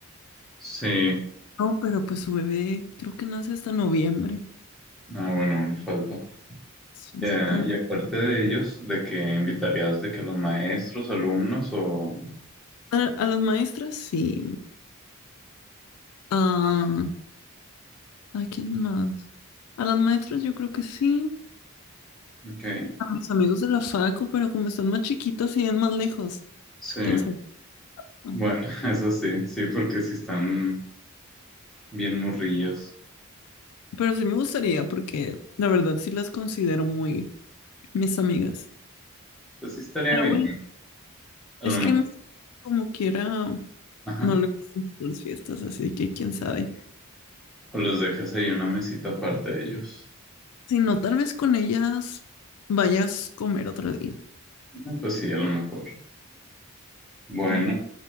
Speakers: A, in the centre; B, on the left (about 80°).
A: Sí,
B: No, pero pues su bebé creo que nace hasta noviembre.
A: ah, bueno, le falta.
B: Sí,
A: Ya,
B: pero
A: y aparte de ellos, ¿de que invitarías de que los maestros, alumnos o
B: a, a las maestras sí. Ah, ¿a quién más? A las maestras yo creo que sí.
A: qué?
B: A mis amigos de la facu, pero como están más chiquitos y es más lejos,
A: Sí,
B: quién sabe. Ah,
A: bueno, <laughs> eso sí, sí, porque si están bien morrillos,
B: Pero sí me gustaría, porque la verdad sí las considero muy mis amigas.
A: pues sí estaría
B: Pero
A: bien.
B: bueno.
A: A
B: Es
A: lo
B: que me- como quiera,
A: mejor,
B: no le gustan las fiestas, así que quién sabe.
A: O los dejas ahí una mesita aparte de ellos.
B: Si no, tal vez con ellas vayas a comer otro día.
A: Ah, Pues sí, a lo mejor. Bueno,
B: Pero